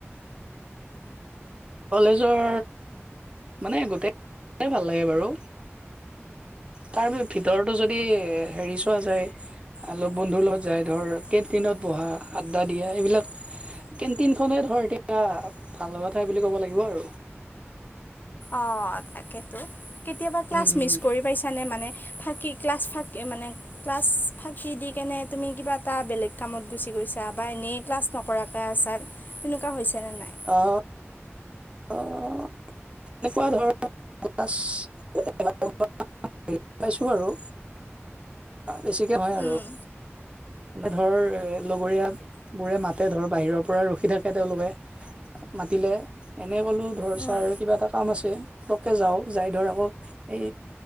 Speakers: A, on the right; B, on the left.
A: কলেজৰ মানে গোটেই ভাল লাগে বাৰু তাৰিছ ভিতৰত যদি হেৰি চোৱা যায়। লগ বন্ধুৰ লগত যাই ধৰ কেন্টিনত বহা আড্ডা দিয়া এইবিলাক কেণ্টিন খনে ধৰ এতিয়া ভাল লগা ঠাই বুলি ক'ব লাগিব আৰু।
B: অ, তাকেতো কেতিয়াবা ক্লাছ
A: উম উম
B: মিচ কৰি পাইছ মানে মানে ফাঁকি ক্লাছ ফাঁকি মানে ক্লাছ ফাঁকি দি কেনে তুমি কিবা এটা বেলেগ কামত গুচি গৈছা বা এনেই ক্লাছ নকৰাকৈ আছা। তেনেকুৱা হৈছে নে নাই।
A: অ', এনেকুৱা ধৰণৰ <unintelligible> হেৰি পাইছোঁ আৰু বেছিকৈ হয় আৰু।
B: উম
A: মানে ধৰ এ লগৰীয়া বোৰে মাতে ধৰ বাহিৰৰ পৰা ৰখি থাকে তেওঁলোকে মাতিলে এনে ক'লো ধৰ
B: উম
A: ছাৰ কিবা এটা কাম আছে লগকে যাওঁ যাই ধৰ আকৌ এই